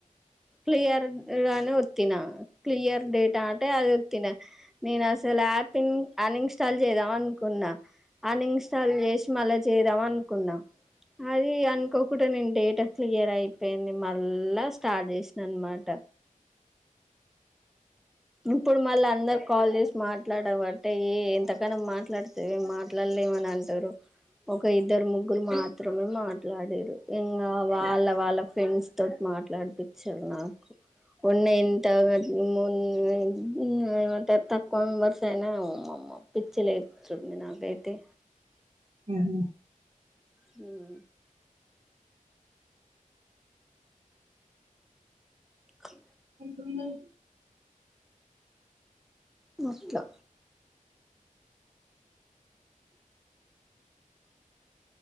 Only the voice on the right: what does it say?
హ్మ్ హు
<unintelligible>